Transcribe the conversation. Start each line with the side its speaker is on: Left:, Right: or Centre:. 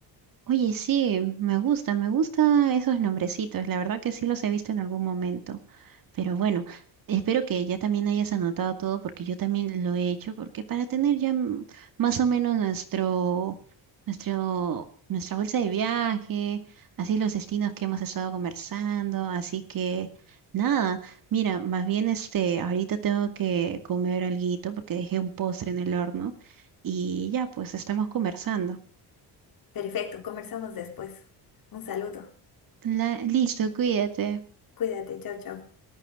Right: Oye, sí, me gusta, me gusta esos nombrecitos. La verdad que sí los he visto en algún momento. Pero bueno, espero que ya también hayas anotado todo porque yo también lo he hecho, porque para tener ya mm, más o menos nuestro, nuestro, nuestra bolsa de viaje, así los destinos que hemos estado conversando, así que nada, mira, más bien este, ahorita tengo que comer alguito porque dejé un postre en el horno y ya, pues estamos conversando.
Left: Perfecto, conversamos después. Un saludo.
Right: La, listo, cuídate.
Left: Cuídate, chao, chao.